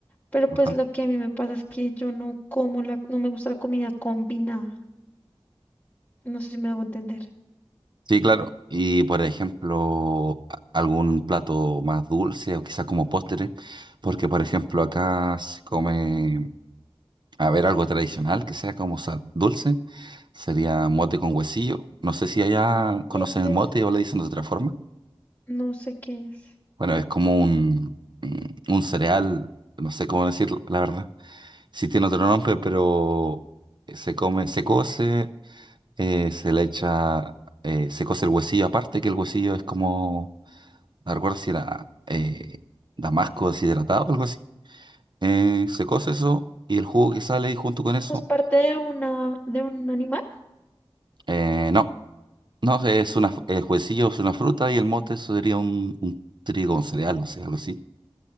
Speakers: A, on the left (about 20°); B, on the right (about 50°).
A: Pero pues
B: ajá.
A: lo que a mí me pasa es que yo no como la, no me gusta la comida combinada. No sé si me hago entender.
B: Sí, claro. Y por ejemplo, a- algún plato más dulce o quizás como postre, porque por ejemplo acá se come, a ver, algo tradicional que sea como sal- dulce, sería mote con huesillo. No sé si allá conocen
A: ¿Qué es
B: el
A: eso?
B: mote o le dicen de otra forma.
A: No sé qué es.
B: Bueno, es como un, un un cereal, no sé cómo decirlo, la verdad. Sí tiene otro nombre, pero eh, se come, se cose, eh, se le echa, eh, se cose el huesillo aparte, que el huesillo es como no recuerdo si era eh, damasco deshidratado o algo así. Eh, se cose eso y el jugo que sale ahí junto con eso.
A: ¿Es parte de una, de un animal?
B: eh, no, no sé, es una, el juecillo es una fruta y el mote eso sería un, un trigo, un cereal, no sé, algo así.